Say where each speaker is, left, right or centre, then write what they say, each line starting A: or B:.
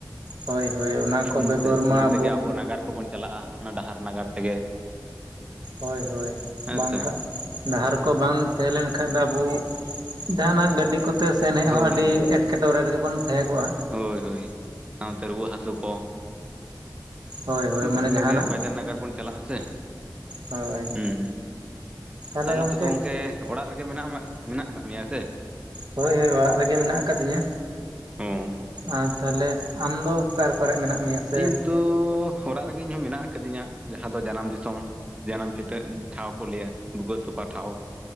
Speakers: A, on the right (about 70°); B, on the right (about 15°).
A: ᱦᱳᱭ ᱦᱳᱭ ᱚᱱᱟ ᱠᱚ
B: ᱦᱮᱸ
A: ᱵᱮᱜᱚᱨ
B: ᱥᱮ
A: ᱢᱟ
B: ᱚᱱᱟ ᱛᱮᱜᱮ ᱟᱵᱚ ᱱᱟᱜᱟᱨ ᱠᱚᱵᱚᱱ ᱪᱟᱞᱟᱜᱼᱟ ᱚᱱᱟ ᱰᱟᱦᱟᱨ ᱱᱟᱜᱟᱨ ᱛᱮᱜᱮ
A: ᱦᱳᱭ ᱦᱳᱭ
B: ᱦᱮᱸ
A: ᱵᱟᱝ
B: ᱥᱮ᱾
A: ᱠᱟᱜ ᱰᱟᱦᱟᱨ ᱠᱚ ᱵᱟᱝ ᱛᱟᱦᱮᱸ ᱞᱮᱱ ᱠᱷᱟᱡ ᱫᱚ ᱟᱵᱚ ᱡᱟᱸᱦᱟᱱᱟᱜ ᱜᱟᱹᱰᱤ ᱠᱚ ᱛᱮ ᱛᱮ ᱥᱮᱱ ᱦᱮᱡ
B: ᱦᱳᱭ
A: ᱦᱚᱸ ᱟᱹᱰᱤ
B: ᱦᱳᱭ
A: ᱮᱴᱠᱮᱴᱚᱬᱮ ᱨᱮᱜᱮ ᱵᱚᱱ ᱛᱟᱦᱮᱸ ᱠᱚᱜᱼᱟ
B: ᱦᱳᱭ ᱦᱳᱭ ᱥᱟᱶᱛᱮ ᱨᱩᱣᱟᱹ ᱦᱟᱹᱥᱩ ᱠᱚ
A: ᱦᱳᱭ ᱦᱳᱭ
B: ᱟᱫᱚ
A: ᱢᱟᱱᱮ ᱡᱟᱦᱟᱱᱟᱜ
B: ᱤᱱᱟᱹᱜᱮ ᱵᱟᱡᱟᱨ ᱱᱟᱜᱟᱨ ᱵᱚᱱ ᱪᱟᱞᱟᱜ-ᱟ ᱥᱮ
A: ᱦᱳᱭ
B: ᱦᱩᱸ
A: ᱛᱟᱦᱚᱞᱮ
B: ᱛᱟᱦᱞᱮ
A: ᱜᱚᱢᱠᱮ
B: ᱛᱚ ᱛᱚ ᱜᱚᱝᱠᱮ ᱚᱲᱟᱜ ᱨᱮᱜᱮ ᱢᱮᱱᱟᱢᱟ ᱢᱮᱱᱟᱜ ᱠᱟᱫ ᱢᱮᱭᱟ ᱥᱮ
A: ᱦᱳᱭ ᱦᱳᱭ ᱚᱲᱟᱜ ᱨᱮᱜᱮ ᱢᱮᱱᱟᱜ ᱠᱟᱫᱤᱧᱟ
B: ᱦᱩᱸᱻ
A: ᱟᱨ ᱛᱟᱦᱞᱮ ᱟᱢᱫᱚ ᱚᱠᱟ ᱠᱚᱨᱮ ᱢᱮᱱᱟᱜ ᱢᱮᱭᱟ ᱥᱮ
B: ᱤᱧ ᱫᱚ ᱦᱚᱨᱟᱜ ᱨᱮᱜᱮ ᱤᱧᱦᱚᱸ ᱢᱮᱱᱟᱜ ᱠᱟᱫᱤᱧᱟ ᱡᱟᱦᱟᱸ ᱫᱚ ᱡᱟᱱᱟᱢ ᱫᱤᱥᱚᱢ ᱡᱟᱱᱟᱢ ᱯᱷᱤᱴᱟᱹᱜ ᱴᱷᱟᱶ ᱠᱚ ᱞᱟᱹᱭᱟ ᱵᱩᱠᱟᱹ ᱛᱚᱯᱟ ᱴᱷᱟᱶ